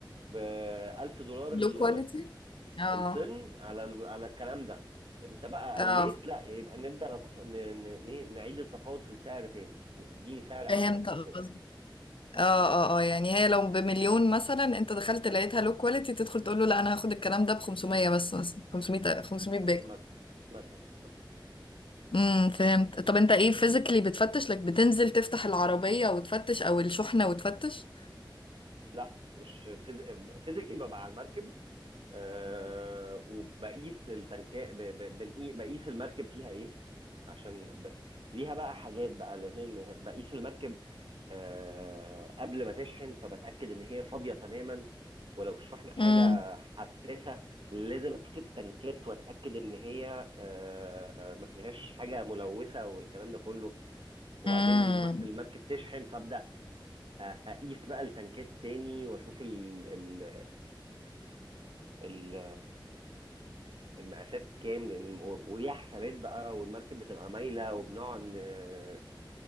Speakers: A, on the right; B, on the left.
A: ب 1000 دولار
B: لو
A: ال-
B: كواليتي اه
A: الطن على ال- على الكلام ده انت بقى
B: اه
A: قليت لا يبقى نبدا نتف... ن... ن... ن- نعيد التفاوض في السعر تاني وتديني سعر احسن
B: فهمت
A: من
B: قصدك
A: كده
B: اه اه اه يعني هي لو بمليون مثلا انت دخلت لقيتها لو كواليتي تدخل تقول له لا انا هاخد الكلام ده ب 500 بس مثلا 500 500 باكو
A: م- مثلا مثلا
B: امم فهمت طب انت ايه فيزيكلي بتفتش لك بتنزل تفتح العربية وتفتش او الشحنة وتفتش
A: لا مش فيزيكلي ببقى على المركب آه وبقيس التنكات بقيس المركب فيها ايه عشان ب... ليها بقى حاجات بقى لان بقيس المركب آه قبل ما تشحن فبتاكد ان هي فاضيه تماما ولو الشحن حاجه
B: امم
A: حساسه لازم اشوف التنكات واتاكد ان هي آه ما فيهاش حاجه ملوثه والكلام ده كله وبعدين
B: امم
A: الم- المركب تشحن فابدا أ- اقيس بقى التنكات تاني واشوف ال ال- المقاسات كام لان وليها حسابات بقى والمركب بتبقى مايله وبنقعد ن-